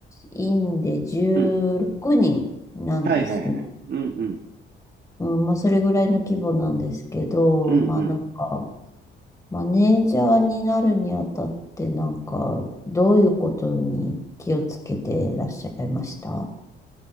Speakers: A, on the left (about 15°); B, on the right (about 50°).
A: 員で16人なんですね。
B: うん。はいはいはい。うんうん。
A: うん、まあ、それぐらいの規模なんですけど、
B: うんうん。
A: まあ、なんか、マネージャーになるにあたって、なんか、どういうことに気をつけてらっしゃいました